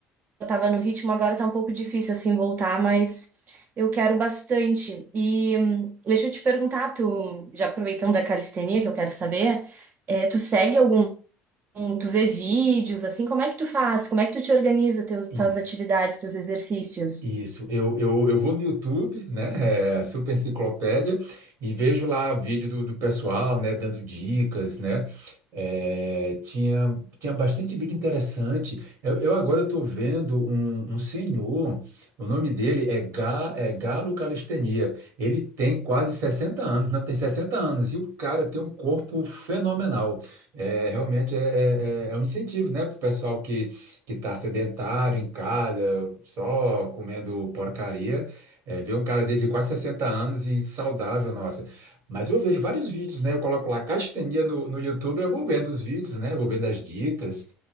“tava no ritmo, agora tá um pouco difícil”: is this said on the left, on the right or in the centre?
Right